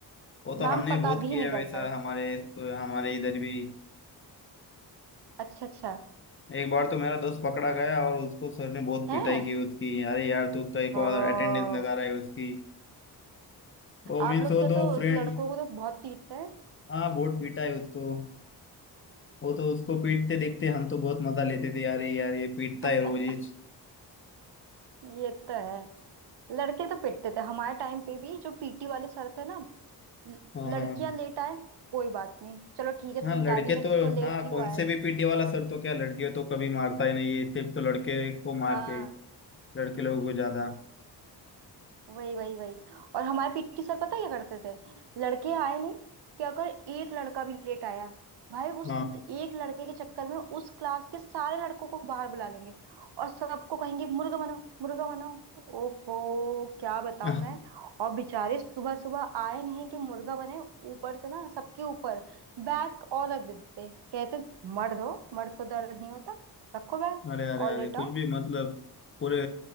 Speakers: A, on the left; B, on the right.
A: वो तो हमने
B: मैम पता
A: बहुत
B: भी
A: किया
B: नहीं
A: है
B: कर
A: वैसा
B: पाए
A: हमारे हमारे इधर भी
B: अच्छा अच्छा
A: एक बार तो मेरा दोस्त पकड़ा गया और उसको सर ने बहुत
B: है
A: पिटाई की उसकी अरे यार तू कई
B: ओ,
A: को अटेंडेंस लगा रहा है उसकी वो
B: आप
A: मीन्स
B: लोग
A: वो
B: क्या
A: दो
B: तो
A: फ्रेंड
B: उस लड़कों को तो बहुत पीटते हैं
A: हाँ बहुत पीटा है उसको वो तो उसको पीटते देखते हम तो बहुत मजा लेते थे यार यार ये पीटता
B: <laughs>
A: है रोज ही।
B: ये तो है लड़के तो पिटते थे हमारे टाइम पे भी जो पीटी वाले सर थे ना ल-
A: हाँ
B: लड़कियां
A: हाँ
B: लेट आए कोई बात नहीं चलो ठीक है
A: हाँ
B: तुम
A: लड़के
B: डायरी में
A: तो
B: लिखो लेट
A: हाँ
B: क्यों
A: कौन
B: आया
A: से भी पीटे वाला सर तो क्या लड़कियों तो कभी मारता ही नहीं है सिर्फ तो लड़के को मारते
B: हाँ
A: हैं, लड़के लोगों को ज्यादा
B: वही वही वही और हमारे पीटी सर पता है क्या करते थे लड़के आए नहीं कि अगर एक लड़का भी लेट आया भाई उस
A: हाँ
B: एक लड़के के चक्कर में उस क्लास के सारे लड़कों को बाहर बुला लेंगे और सबको कहेंगे मुर्गा बनाओ मुर्गा बनाओ ओफो क्या बताऊं
A: <laughs>
B: मैं और बेचारे सुबह सुबह आए नहीं कि मुर्गा बने ऊपर से ना सबके ऊपर बैग और रख देते कहते मर्द हो मर्द को दर्द नहीं होता रखो बैग
A: अरे अरे
B: और
A: अरे
B: लेटाओ
A: कुछ भी मतलब पूरे